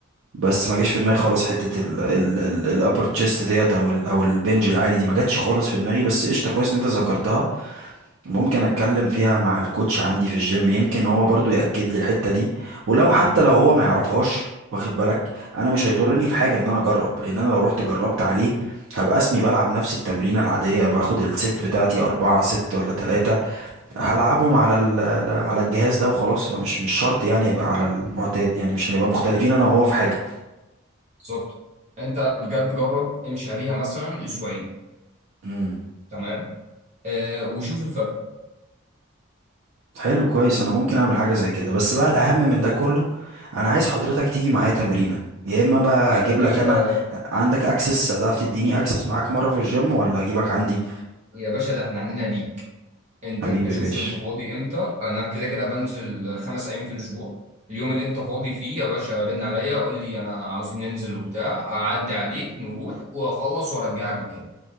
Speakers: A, on the right; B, on the right.
A: بس ما جاش في دماغي خالص حته ال ال ال الابر تشيست ديت او ال او البنج العالي دي ما جاتش خالص في دماغي بس قشطه كويس ان انت ذكرتها ممكن اتكلم فيها مع الكوتش عندي في الجيم يمكن هو برضو يأكد لي الحتة دي ولو
B: مم.
A: حتى لو هو ما يعرفهاش واخد بالك انا مش هيضرني في حاجة ان انا اجرب لان انا لو رحت جربت عليه هبقى اسمي بلعب نفس التمرينة العادية باخد الست بتاعتي اربعة ست ولا تلاتة
B: مم.
A: هلعبهم على ال- ال- على الجهاز ده وخلاص فمش مش شرط يعني يبقى على المعتاد يعني مش هنبقى مختلفين انا وهو في حاجة
B: بالظبط انت بجد جرب امشي عليها مثلا اسبوعين
A: مم.
B: تمام آه وشوف الفرق
A: حلو كويس انا ممكن اعمل حاجه زي كده بس بقى الاهم من ده كله انا عايز حضرتك تيجي معايا تمرينه يا اما بقى
B: يا
A: اجيب
B: باشا
A: لك انا عندك اكسس هتعرف تديني اكسس معاك مره في الجيم ولا اجيبك عندي
B: يا باشا ده احنا عنينا ليك انت
A: حبيبي
B: شوف
A: يا باشا
B: انت فاضي امتى انا كده كده بنزل خمس ايام في الاسبوع اليوم اللي انت فاضي فيه يا باشا رن عليا قول لي انا عاوزين ننزل وبتاع اعدي عليك نروح واخلص وارجعك مكان